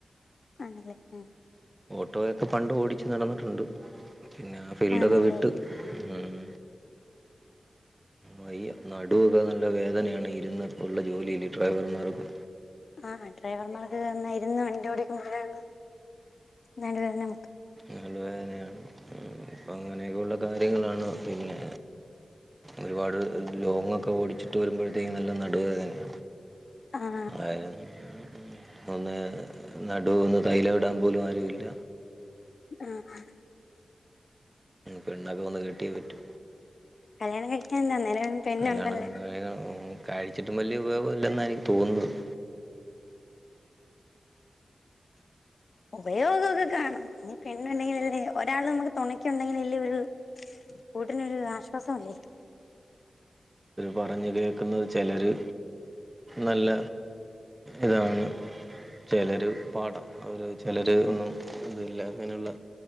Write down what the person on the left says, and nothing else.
ആണല്ലേ ഉം
ആണല്ലേ
ആഹ് ഡ്രൈവർമാർക്ക് ഇരുന്ന് വണ്ടിഓടിക്കുമ്പോഴാണ് നടുവേദന <unintelligible>
ആ
ആഹ്
കല്യാണം കഴിക്കാൻ <unintelligible> പെണ്ണുണ്ടല്ലാ
ഉപയോഗൊക്കെ കാണും. നി പെണ്ണു ഉണ്ടെങ്കിലല്ലേ ഒരാള് നമുക്ക് തൊണക്കുണ്ടെങ്കിലല്ലേ ഒരു കൂട്ടിന് ഒരുരു ആശ്വാസം അല്ലേ.